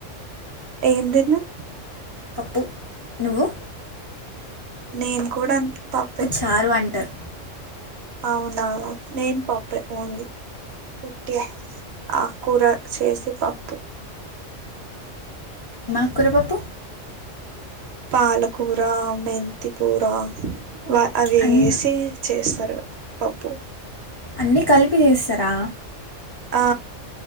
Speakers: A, on the right; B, on the left.
A: ఏం తినవ్
B: పప్పు నువ్వు
A: నేను కూడా పప్పు
B: చారు అంటారు
A: అవునా మేము పప్పుే ఓన్లీ పట్టి ఆ కూర చేసి పప్పు
B: ఆకురపప్పు
A: పాలకూర మెంతి కూర వా అవి
B: అన్
A: వేసి చేస్త సరే పప్పుూ
B: అన్నీ కలిపి చేస్తారా
A: ఆ